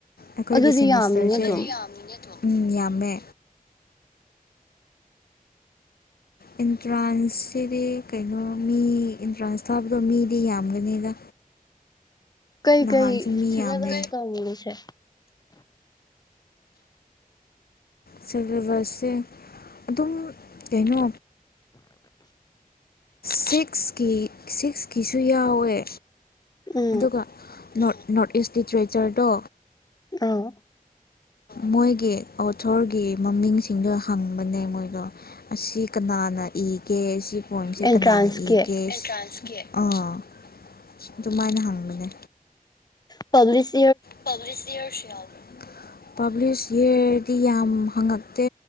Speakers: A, on the left; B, on the left.
A: ꯑꯈꯣꯏꯒꯤ
B: ꯑꯗꯨꯗꯤ
A: ꯁꯦꯃꯤꯁꯇꯔꯁꯦ
B: ꯌꯥꯝꯃꯤꯅꯦ ꯑꯗꯨꯝ
A: ꯑꯗꯨꯗꯤ ꯌꯥꯝꯃꯤꯅꯦ ꯑꯗꯨꯝ ꯎꯝ ꯌꯥꯝꯃꯦ ꯑꯦꯟꯇ꯭ꯔꯥꯟꯁꯁꯤꯗꯤ ꯀꯩꯅꯣ ꯃꯤ ꯑꯦꯟꯇ꯭ꯔꯥꯟꯁ ꯊꯥꯕꯗꯣ ꯃꯤꯗꯤ ꯌꯥꯝꯒꯅꯤꯗ
B: <inaudible> ꯀꯩ
A: ꯅꯍꯥꯟꯁꯨ
B: ꯀꯩ
A: ꯃꯤ
B: ꯁꯂꯦꯕꯔꯁ
A: ꯌꯥꯝꯃꯦ
B: ꯇꯧꯔꯤꯅꯣ ꯏꯆꯦ
A: ꯁꯂꯦꯕꯔꯁꯁꯦ ꯑꯗꯨꯝ ꯀꯩꯅꯣ ꯁꯤꯛꯁꯀꯤ ꯁꯤꯛꯁꯀꯤꯁꯨ ꯌꯥꯎꯌꯦ
B: ꯎꯝ
A: ꯑꯗꯨꯒ ꯅꯣꯔꯠ ꯏꯁ ꯂꯤꯇ꯭ꯔꯦꯆꯔꯗꯣ
B: ꯑꯥ
A: ꯃꯣꯏꯒꯤ ꯑꯣꯊꯣꯔꯒꯤ ꯃꯃꯤꯡꯁꯤꯡꯗꯣ ꯍꯪꯕꯅꯦ ꯃꯣꯏꯗꯣ ꯑꯁꯤ ꯀꯅꯥ ꯀꯅꯥ ꯏꯒꯦ ꯁꯤ ꯄꯣꯏꯝꯁꯦ
B: ꯑꯦꯟꯇ꯭ꯔꯥꯟꯁꯀꯤ
A: ꯀꯅꯥꯅ ꯏꯒꯦ ꯑꯥ ꯑꯗꯨꯃꯥꯏꯅ ꯍꯪꯕꯅꯦ
B: ꯄꯕꯂꯤꯁ
A: ꯄꯕꯂꯤꯁꯤꯔꯁꯤꯌꯥ ꯄꯥꯕ꯭ꯂꯤꯁ ꯏꯔꯗꯤ ꯌꯥꯝ ꯍꯪꯉꯛꯇꯦ